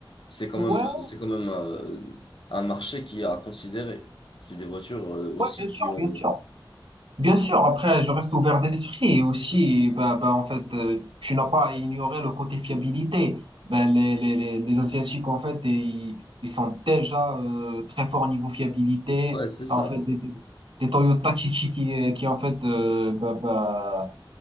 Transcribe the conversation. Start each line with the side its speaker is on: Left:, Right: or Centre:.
Left: c'est quand
Right: ouais,
Left: même, c'est quand même euh, un marché qui a à considérer. C'est des voitures euh, aussi
Right: ouais, bien sûr,
Left: qui ont.
Right: bien sûr. Bien sûr, après, je reste ouvert d'esprit et aussi, bah, bah, en fait, euh, tu n'as pas à ignorer le côté fiabilité. Ben, les, les, les, les Asiatiques, en fait, ils, ils sont déjà euh, très forts au niveau fiabilité.
Left: Ouais, c'est ça.
Right: T'as, En fait, des, des des Toyota qui, qui, qui, euh, qui, en fait, euh, bah, bah,